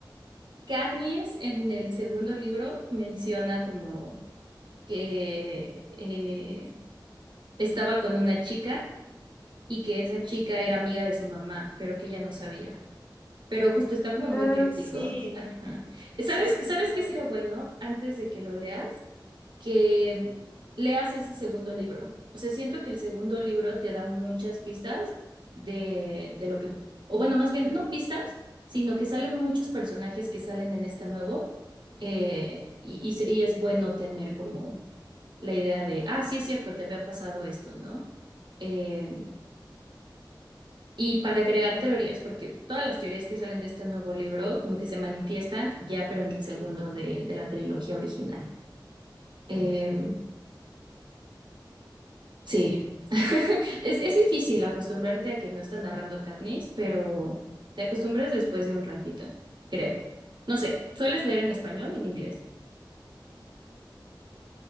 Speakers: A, on the right; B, on the left.
A: Katniss en el segundo libro menciona como que eh, estaba con una chica y que esa chica era amiga de su mamá, pero que ella no sabía. Pero justo está como muy
B: Ah,
A: críptico.
B: sí,
A: Ajá. ¿Sabes,
B: sí, sí,
A: sabes
B: recuerdo.
A: qué sería bueno antes de que lo leas? Que leas ese segundo libro. O sea, siento que el segundo libro te da muchas pistas de, de lo que, o bueno, más bien, no pistas, sino que salen muchos personajes que salen en este nuevo. eh, y, y se- y es bueno tener como la idea de, ah, sí es cierto, te había pasado esto, ¿no? Eh, y para crear teorías, porque todas las teorías que salen de este nuevo libro como que se manifiestan ya, pero en el segundo de, de la trilogía original. Eh, sí, <laughs> es, es difícil acostumbrarte a que no está narrando Katniss, pero te acostumbras después de un ratito, creo. No sé, ¿sueles leer en español o en inglés?